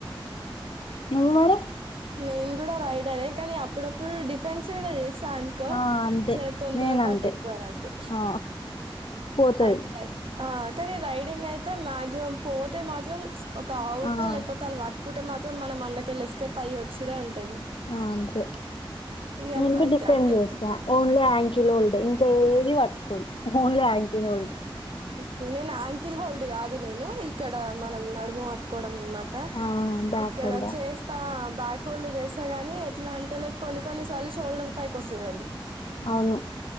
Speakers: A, on the left; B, on the right.
A: నువు మరి
B: నేను కూడా రైడరే కానీ అప్పుడప్పుడు డిఫెన్స్ కూడా చేస్ తా అనుకో
A: ఆ! అంతే.
B: జర తొందర
A: నేనంతే.
B: పాటు ఎక్కువ నాకు
A: ఆ! పోతది.
B: అట్లై ఆ కానీ రైడింగ్ అయితే మాగ్జిమం పోతే మాత్రం ప్చ్ ఒక ఔట్
A: ఆ!
B: లేకపోతే అళ్ వాట్ కుటే మాత్రం మనం అంద్లకెళ్లి ఎస్కేప్ అయ్యొచ్చుడే ఉంటది
A: ఆ అంతే
B: ఇగ
A: నేనుడి
B: ఇక
A: డిఫెండ్
B: అంటే
A: చేస్తా ఓన్లీ యాంకిలోల్డ్ ఇంకా ఏది వట్ కోన్ ఓన్లీ యాంకిల్ హోల్డ్
B: కె నేను ఆంకిల్ హోల్డ్ కాదు నేను ఇక్కడ మనం నడుము అట్ కోడం అన్ మా ట
A: ఆ బ్యాక్
B: ఇక్కడ
A: సైడ్
B: చేస్తా బ్యాక్ హోల్డర్ చేస్తా గాని ఎట్లా అంటే లైక్ కొన్ని కొన్నిసార్లు షోల్డర్ పైకి వస్తది అది
A: అవును